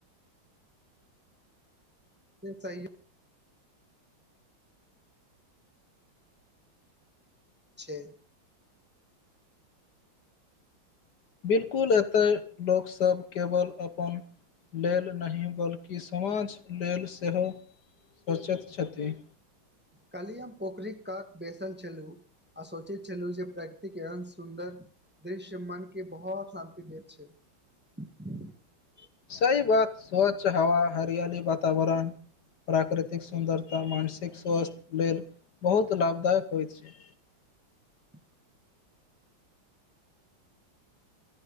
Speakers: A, in the centre; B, on the left (about 60°).
A: से सही छैइ
B: बिलकुल एतय लोकसब केवल अपन लेल नहि बल्कि समाज लेल सेहो सोचैत छथिन
A: काल्हि हम पोखरिक कात बैसल छलौं आ सोचैत छलुं जे प्रकृतिक एहन सुन्दर दृश्य मन के बहुत शान्ति देैत छैइ ह <inaudible>
B: सही बात स्वच्छ हवा हरियाली वातावरण प्राकृतिक सुन्दरता मानसिक स्वास्थ्य लेल बहुत लाभदायक होइ छैइ
A: <inaudible>